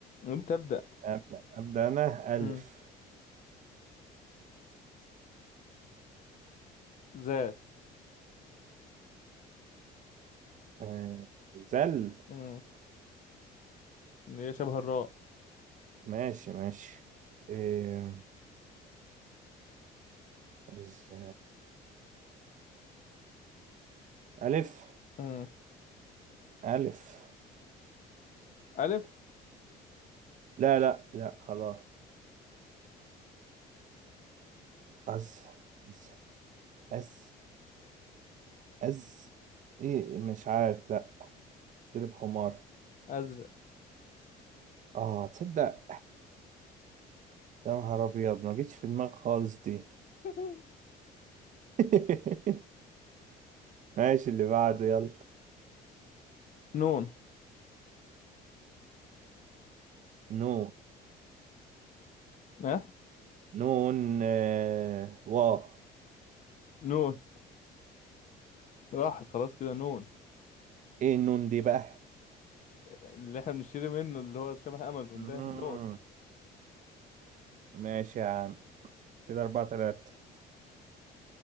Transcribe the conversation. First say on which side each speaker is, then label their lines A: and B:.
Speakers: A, on the left; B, on the right.
A: أنت ابدأ
B: أبدأ أبدأ أنا
A: مم،
B: ألف
A: زال
B: آه، زل
A: مم، اللي هي شبه الراء
B: ماشي ماشي إيه، ز... ألف
A: مم،
B: ألف
A: ألف
B: لا لا لا خلاص أز أز أز أز إيه مش عارف لا ضرب حمار
A: أزرق
B: آه تصدق يا نهار أبيض ما جتش في دماغي خالص دي
A: <laughs>
B: <laughs> ماشي اللي بعده يلا
A: نون
B: نو
A: ها
B: نون آه، واو
A: نون راحت خلاص كده نون
B: ايه النون دي بقى
A: اللي احنا بنشتري منه اللي هو شبه أمازون
B: مم.
A: ده نون
B: ماشي يا عم كده أربعة تلاتة